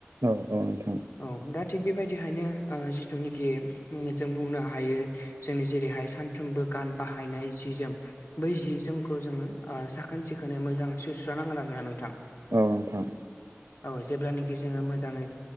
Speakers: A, on the right; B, on the left.
A: औ औ <unintelligible>
B: औ दा थिग बेबायदिहायनो जिथुनिखि जों बुंनो हायो। जोंनि जेरैहाय सानफ्रोमबो गान बाहायनाय जि जोम बै जि जोमखौ जोङो ओ साखोन सिखोनै मोजाङै सुस्रानांगोन आरोना नोंथां।
A: औ नोंथां।
B: औ जेब्लानाखि जोङो मोजाङै